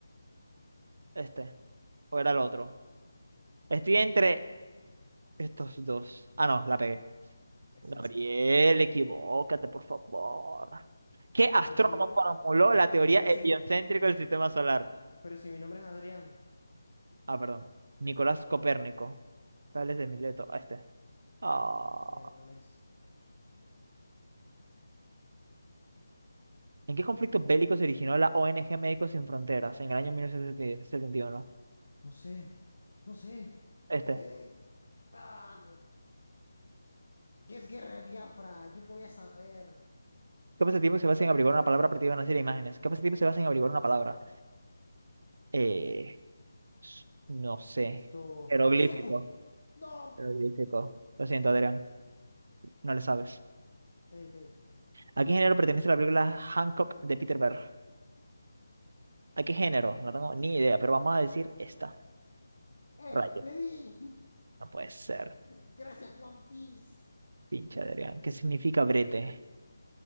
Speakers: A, on the right; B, on the left.
A: Este. ¿O era el otro? Estoy entre estos dos. Ah, no, la pegué.
B: Ese.
A: Gabriel, equivócate, por favor. ¿Qué astrónomo
B: Pero si mi, no-
A: formuló la teoría
B: pero
A: heliocéntrica
B: si mi,
A: del sistema solar?
B: pero si mi nombre es Adrián.
A: Ah, perdón. Nicolás Copérnico. Tales de Mileto. Ah, Este. Ah.
B: Miércoles.
A: ¿En qué conflicto bélico se originó la ONG Médicos Sin Fronteras en el año mil novecientos setenta y uno.
B: No sé, no sé.
A: Este.
B: Eh, ah, ¿qué es guerra de Biafra? ¿Yo qué voy a saber?
A: ¿Qué pasatiempo se basa en averiguar una palabra a partir de una serie de imágenes? ¿Qué pasatiempo se basa en averiguar una palabra? Eh, s- no sé.
B: Esto.
A: Jeroglífico.
B: ¡Sudoku! ¡No!
A: Jeroglífico. Lo siento, Adrián. No le sabes.
B: <laughs> Pedete.
A: ¿A qué género pertenece la película Hancock de Peter Berg? ¿A qué género? No tengo ni idea, pero vamos a decir esta.
B: ¡Eh!
A: Rayo.
B: ¡Le di!
A: No puede ser.
B: <laughs> Gracias, One Piece.
A: Pinche Adrián. ¿Qué significa brete?